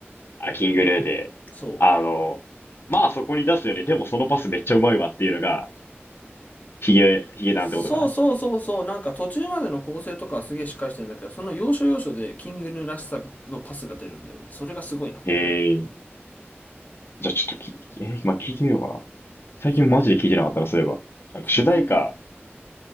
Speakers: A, on the left (about 60°); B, on the left (about 35°).
A: あ、キングレーで、
B: そう。
A: あの、まあそこに出すよね。でもそのパスめっちゃうまいわっていうのが、ヒゲ、ヒゲなんてことかな。
B: そうそうそうそう。なんか途中までの構成とかはすげえしっかりしてるんだけど、その要所要所でキングヌーらしさのパスが出るんだよね。それがすごいなって思う。
A: へえーじゃあちょっとき、えー、今聞いてみようかな。最近マジで聞いてなかったな、
B: いや、全然、
A: そういえば。なんか主題歌、
B: 全然いい。